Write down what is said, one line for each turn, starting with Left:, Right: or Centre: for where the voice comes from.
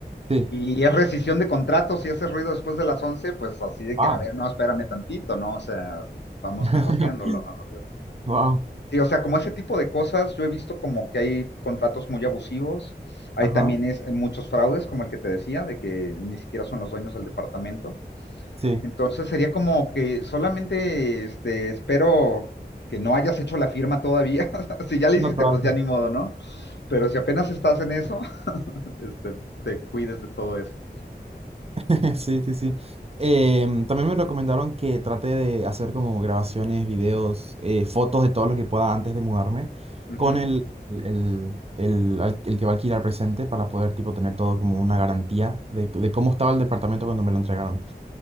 Right: Sí.
Left: Y es rescisión de contratos, si hace ruido después de las 11 pues así de
Right: Wow.
Left: que, a ver, no, espérame tantito, ¿no? O sea, vamos
Right: <laughs>
Left: negociándolo. ¿no? O sea,
Right: Wow.
Left: sí, o sea, como ese tipo de cosas, yo he visto como que hay contratos muy abusivos, hay
Right: Ajá.
Left: también es, muchos fraudes, como el que te decía, de que ni siquiera son los dueños del departamento.
Right: Sí.
Left: Entonces sería como que solamente este, espero que no hayas hecho la firma todavía. <laughs> si ya la
Right: No
Left: hiciste,
Right: todavía.
Left: pues ya ni modo, ¿no? Pero si apenas estás en eso, <laughs> este, te cuides de todo eso.
Right: <laughs> Sí, sí, sí. Em, también me recomendaron que trate de hacer como grabaciones, videos, eh, fotos de todo lo que pueda antes de mudarme
Left: Ujú.
Right: con el, el, el, al- el que va a alquilar presente para poder tipo tener todo como una garantía de, de cómo estaba el departamento cuando me lo entregaron.